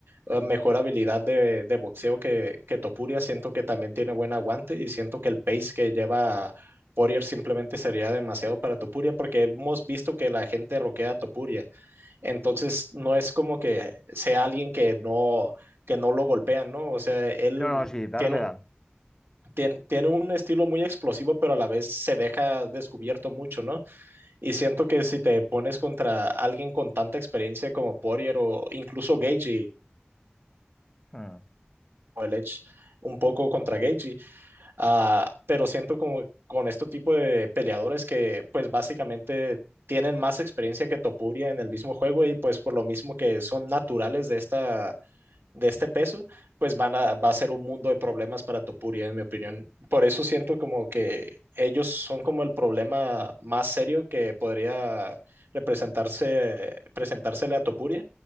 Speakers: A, on the right (about 70°); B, on the left (about 15°).
A: eh, mejor habilidad de, de boxeo que, que Topuria. Siento que también tiene buen aguante y siento que el pace que lleva Poirier simplemente sería demasiado para Topuria porque hemos visto que la gente roquea a Topuria. Entonces no es como que sea alguien que no, que no lo golpean, ¿no? O sea, él
B: No, no, sí, darle
A: tiene,
B: dan.
A: tiene, tiene un estilo muy explosivo, pero a la vez se deja descubierto mucho, ¿no? Y siento que si te pones contra alguien con tanta experiencia como Poirier o incluso Gagey
B: Hmm,
A: o el Edge, un poco contra Gagey, Ah, pero siento como con este tipo de peleadores que pues básicamente tienen más experiencia que Topuria en el mismo juego y pues por lo mismo que son naturales de esta de este peso, pues van a, va a ser un mundo de problemas para Topuria, en mi opinión. Por eso siento como que ellos son como el problema más serio que podría representarse, presentársele a Topuria,